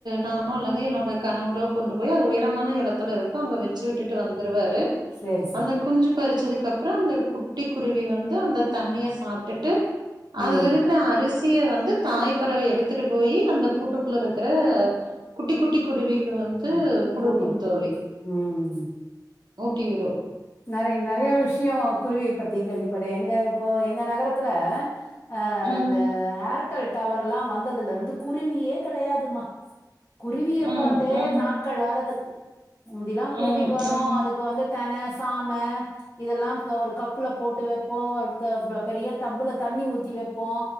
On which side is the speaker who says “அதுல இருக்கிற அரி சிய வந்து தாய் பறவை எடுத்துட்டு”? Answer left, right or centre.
Right